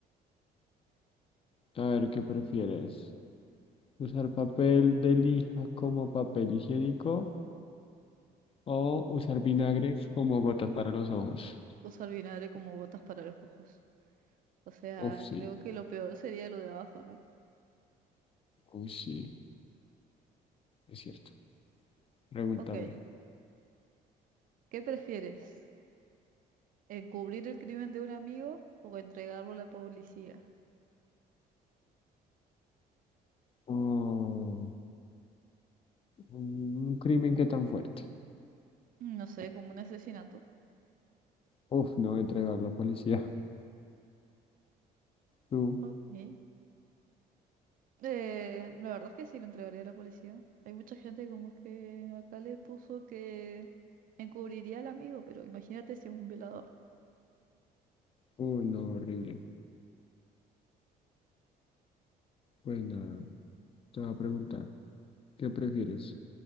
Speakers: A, on the left; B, on the right.
A: A ver, ¿qué prefieres? ¿Usar papel de lija como papel higiénico o usar vinagre como gotas para los ojos?
B: Usar vinagre como botas para los ojos. O sea,
A: Uf, sí.
B: creo que lo peor sería lo de abajo, ¿no?
A: Uy, sí. Es cierto. Pregúntame.
B: Ok, ¿qué prefieres? ¿Encubrir el crimen de un amigo o entregarlo a la policía?
A: Oh, un crimen que tan fuerte.
B: Mm, No sé, como un asesinato.
A: Uf, no entregar a la policía. <laughs> Tú.
B: Ok. Eh, la verdad es que sí lo entregaría a la policía. Hay mucha gente como que acá le puso que encubriría al amigo, pero imagínate si es un violador.
A: Uy, no, horrible. Pues nada, te voy a preguntar, ¿qué prefieres?